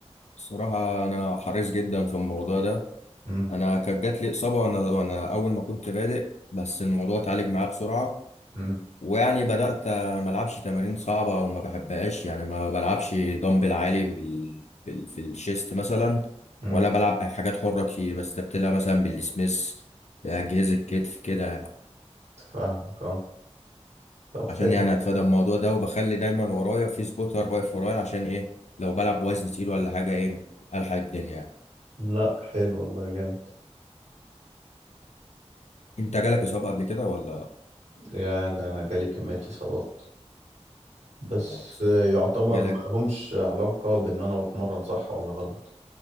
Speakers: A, on the left; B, on the right.
A: الصراحة انا حريص جدا في الموضوع ده
B: امم
A: انا كانت جات لي اصابة وانا وانا اول ما كنت بادئ بس الموضوع اتعالج معايا بسرعة
B: امم
A: ويعني بدأت ما ألعبش تمارين صعبة أو ما بحبهاش يعني ما بلعبش دمبل عالي بال... بال... في الشيست مثلا
B: امم
A: ولا بلعب أي حاجات حرة كتير بستبدلها مثلا بالسميث بأجهزة كتف كده
B: فاهمك اه طب
A: عشان
B: حلو
A: يعني أتفادى الموضوع ده وبخلي دايما ورايا في سبوتر واقف ورايا عشان إيه لو بلعب وزن تقيل ولا حاجة إيه ألحق الدنيا يعني
B: لا حلو والله جامد
A: أنت جالك إصابة قبل كده ولا
B: يا ده انا جالي كمية اصابات بس
A: ولا
B: يعتبر
A: جالك
B: ما لهمش علاقة بان انا بتمرن صح ولا غلط